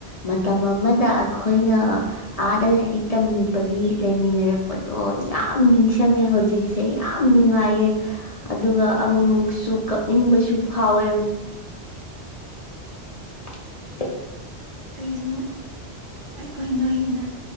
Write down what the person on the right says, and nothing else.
ꯑꯩꯁꯨ ꯑꯩꯈꯣꯏ ꯅꯣꯏꯅ